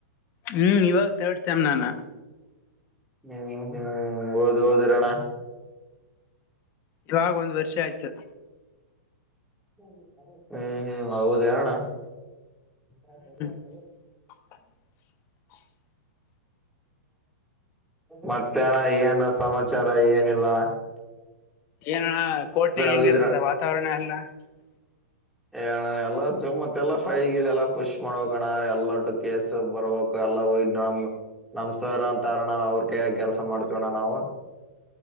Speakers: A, on the left (about 25°); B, in the centre.
A: ಹ್ಮ ಇವಾಗ ತರ್ಡ್ ಸೇಮ್ ನಾನ
B: ಹ್ಮ ಹ್ಮ ಓದ ಓದರಣ್ಣ
A: ಇವಾಗ ಒಂದ್ ವರ್ಷ ಆಯ್ತ.
B: ಹು ಹು ಹೌದ ಹೇಳ ಅಣ್ಣಾ? <inaudible> <unintelligible>
A: <unintelligible>
B: ಮತ್ತ್ಯಾಣ ಏನು ಸಮಾಚಾರ ಏನ್ ಇಲ್ಲಾ ಅಣ್ಣಾ. <unintelligible>
A: ಏನಣ್ಣ ಕೋರ್ಟ್ ನ್ಯಾಗ್ ಹೆಂಗಿರ್ತದ
B: ಹೋಗಿದ್ರ
A: ವಾತಾವರಣ ಎಲ್ಲಾ? <unintelligible>
B: ಏಣ ಎಲ್ಲಾ ಸುಮ್ಮ ಪೇಲಸ ಫೈಲ್ ಗಿಲ್ ಎಲ್ಲಾ ಪುಷ್ ಮಾಡ ಬೇಕ ಅಣ್ಣ ಎಲ್ಲಟ್ಟು ಕೇಸ್ ಬರ್ಬಕ. <unintelligible> ಎಲ್ಲ ಹೋಯ ಡಮ್ ನಮ್ಮ ಸರ್ ಅಂತಾರ ಅಣ್ಣಾ ಅವ್ರ ಕೈಯಾಗ ಕೆಲಸ ಮಾಡ್ತವೆ ಅಣ್ಣಾ ನಾವು. <unintelligible>